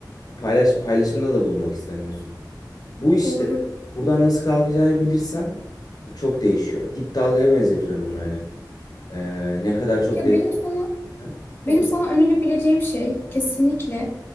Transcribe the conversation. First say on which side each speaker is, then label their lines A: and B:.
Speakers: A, on the left; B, on the left.
A: Paylaş, paylaşımda da bulunmak istemiyorsun. Bu işte
B: Doğru.
A: buradan nasıl kalkacağını bilirsen çok değişiyor. Dip dalgaya benzetiyorum bunu hani. Ee, ne kadar çok
B: Ya
A: değersen
B: benim sana
A: o
B: benim
A: kadar
B: sana önerebileceğim şey kesinlikle